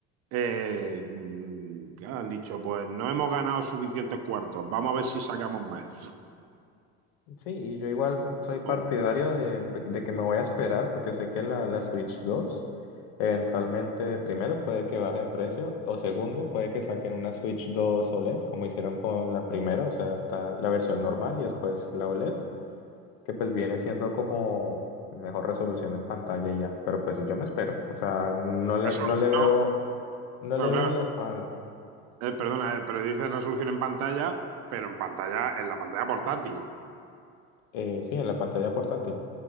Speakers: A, on the right; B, on the left.
A: eh, mm, ¿qué han dicho? Pues no hemos ganado suficientes cuartos. Vamos a ver si sacamos más.
B: Sí, y yo igual soy partidario
A: O
B: de, de que me voy a esperar porque sé que la, la Switch 2 eventualmente, primero, puede que baje de precio o segundo, puede que saquen una Switch 2 OLED como hicieron con la primera, o sea, está la versión normal y después la OLED, que pues viene siendo como mejor resolución en pantalla y ya, pero pues yo me espero, o sea, no le,
A: Resolución,
B: no le veo, no
A: pero
B: le
A: claro,
B: veo la pan,
A: eh, perdona, eh, pero dice resolución en pantalla, pero en pantalla, en la pantalla portátil.
B: eh, sí, en la pantalla portátil.